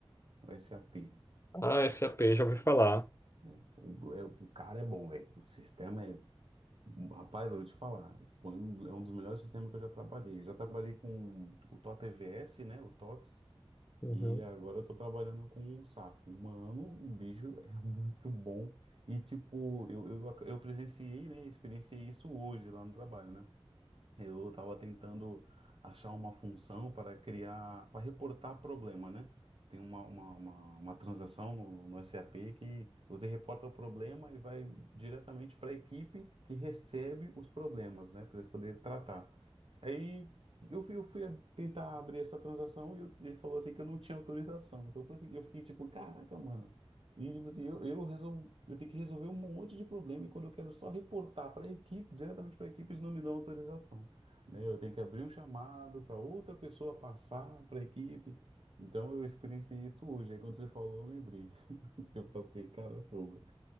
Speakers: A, on the right; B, on the left.
A: o SAP.
B: Ah, SAP, já ouvi falar.
A: né? O, é- o cara é bom, velho. O sistema é. Rapaz, eu vou te falar, foi um, é um dos melhores sistemas que eu já trabalhei. Eu já trabalhei com o TOTVS, né? O TOTS.
B: Uhum.
A: E agora eu tô trabalhando com o sapo. Mano, o bicho <laughs> é muito bom. E, tipo, eu, eu, eu presenciei, né? Experienciei isso hoje lá no trabalho, né? Eu estava tentando achar uma função para criar, para reportar problema, né? Tem uma, uma, uma, uma transação no, no SAP que você reporta o problema e vai diretamente para a equipe que recebe os problemas, né? Para eles poderem tratar. Aí eu fui, eu fui a- tentar abrir essa transação e eu- ele falou assim que eu não tinha autorização. Então eu falei assim, eu fiquei tipo, caraca, mano. E tipo assim, eu, eu, resol... eu tenho que resolver um monte de problema e quando eu quero só reportar para a equipe, diretamente para a equipe, eles não me dão autorização né? Eu tenho que abrir um chamado para outra pessoa passar para a equipe. Então eu experienciei isso hoje. Aí quando você falou, eu lembrei <laughs> que eu passei, cara, é fogo.